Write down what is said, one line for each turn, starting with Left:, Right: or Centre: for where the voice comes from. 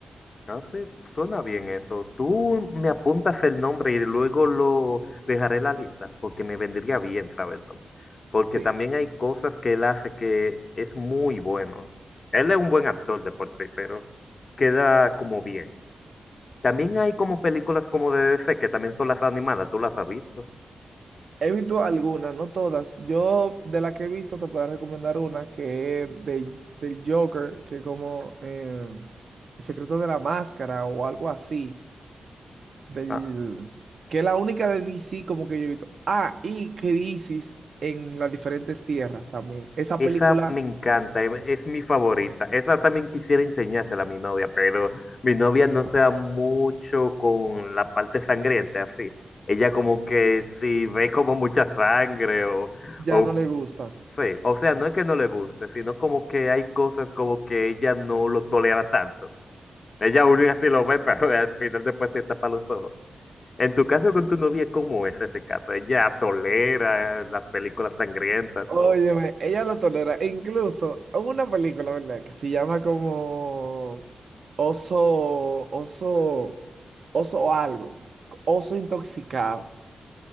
Left: Ah, sí, suena bien eso. Tú me apuntas el nombre y luego lo dejaré en la lista, porque me vendría bien, ¿sabes? También. Porque
Right: Sí.
Left: también hay cosas que él hace que es muy bueno. Él es un buen actor de por sí, pero queda como bien. También hay como películas como de DC, que también son las animadas, ¿tú las has visto?
Right: He visto algunas, no todas. Yo de las que he visto te puedo recomendar una que es de, del Joker, que como eh, El secreto de la máscara o algo así, del,
Left: Ah,
Right: que es la única de DC como que yo he visto. Ah, y Crisis en las diferentes tierras también. Esa
Left: Esa
Right: película
Left: me encanta, e- es mi favorita. Esa también quisiera enseñársela a mi novia, pero mi novia no se da mucho con la parte sangrienta, así. Ella como que si ve como mucha sangre o,
Right: ya
Left: o
Right: no le gusta.
Left: sí, o sea, no es que no le guste, sino como que hay cosas como que ella no lo tolera tanto. Ella aún así lo ve, <laughs> pero al final después se tapa los ojos. En tu caso con tu novia, ¿cómo es ese caso? ¿Ella tolera las películas sangrientas
Right: Óyeme,
Left: o...?
Right: ella lo tolera. E Incluso hubo una película, ¿verdad? Que se llama como Oso, Oso, Oso o algo. Oso intoxicado.